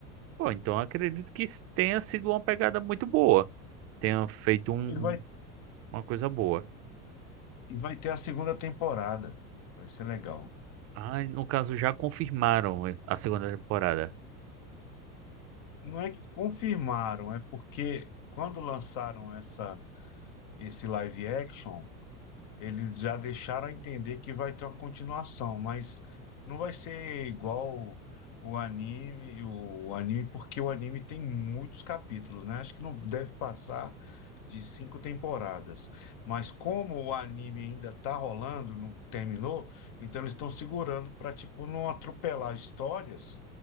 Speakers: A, on the right; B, on the left.
A: pô, então eu acredito que tenha sido uma pegada muito boa, tenha feito um- um,
B: E vai,
A: uma coisa boa.
B: e vai ter a segunda temporada. Vai ser legal.
A: Ah, no caso já confirmaram a segunda temporada.
B: Não é que confirmaram, é porque quando lançaram essa, esse live action. Eles já deixaram a entender que vai ter uma continuação, mas não vai ser igual o anime, o anime, porque o anime tem muitos capítulos, né? Acho que não deve passar de cinco temporadas. Mas como o anime ainda tá rolando, não terminou, então eles estão segurando para, tipo, não atropelar histórias